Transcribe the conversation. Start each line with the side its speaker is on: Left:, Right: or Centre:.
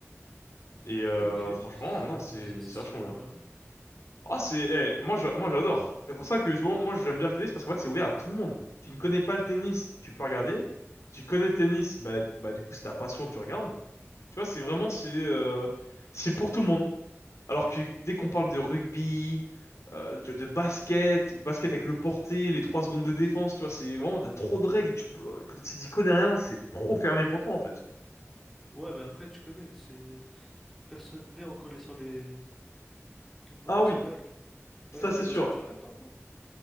Left: Et euh,
Centre: Ok, ok.
Left: franchement,
Centre: C'est
Left: non, c'est
Centre: c'est assez
Left: c'est
Centre: stylé
Left: vachement
Centre: en
Left: bien.
Centre: vrai. hein.
Left: Ah, c'est... eh, moi, j'a- moi, j'adore. C'est pour ça que, je vois, moi, j'aime bien le tennis, parce qu'en fait, c'est ouvert à tout le monde. Tu ne connais pas le tennis, tu peux regarder. Tu connais le tennis, bah, bah du coup c'est ta passion, tu regardes. Tu vois, c'est vraiment, c'est euh, c'est pour tout le monde. Alors que dès qu'on parle de rugby, euh, de, de basket, basket avec le porté, les trois secondes de défense, tu vois, c'est vraiment, t'as trop de règles. Tu peux, que si t'y connais rien, c'est trop fermé pour toi, en fait.
Centre: Ouais, mais après, tu connais, c'est personne n'est en connaissant les... en
Left: Ah
Centre: connaissant
Left: oui,
Centre: les règles.
Left: ça
Centre: Par exemple,
Left: c'est
Centre: le basket,
Left: sûr.
Centre: tu regardes toi un peu?